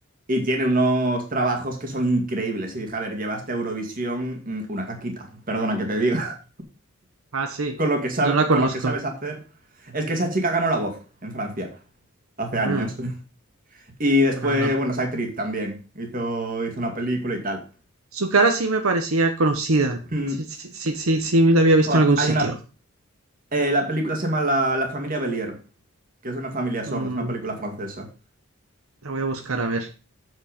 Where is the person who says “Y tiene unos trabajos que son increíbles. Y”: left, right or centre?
Right